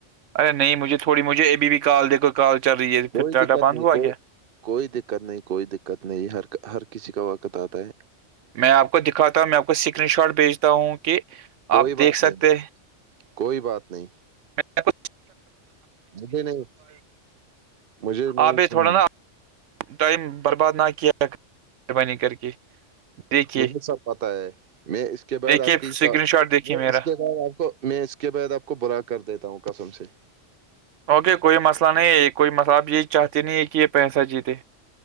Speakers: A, on the right; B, on the right.
A: ارے نہیں مجھے تھوڑی مجھے ابھی بھی کال دیکھو کال چل رہی ہے پھر
B: کوئی
A: ڈاٹا
B: دقت
A: بند
B: نہیں
A: ہوا
B: کوئی
A: کیا
B: کوئی دقت نہیں کوئی دقت نہیں ہر ہر کسی کا وقت آتا ہے
A: میں آپ کو دکھاتا ہوں میں آپ کو اسکرین شاٹ بھیجتا ہوں کہ
B: کوئی
A: آپ دیکھ
B: بات
A: سکتے
B: نہیں
A: ہیں
B: کوئی بات نہیں
A: میں آپ کو
B: مجھے نہیں مجھے نہیں
A: آپ
B: سننی
A: تھوڑا نا ٹائم برباد نہ کیا مہربانی کر کے دیکھیے
B: مجھے سب پتا ہے میں اس کے بعد
A: دیکھیے
B: آپ
A: اسکرین
B: کی
A: شاٹ دیکھیے
B: میں
A: میرا
B: اس کے بعد آپ کو میں اس کے بعد آپ کو برا کر دیتا ہوں قسم سے
A: اوکے کوئی مسئلہ نہیں کوئی مسئلہ آپ یہی چاہتے نہیں ہیں کہ یہ پیسہ جیتے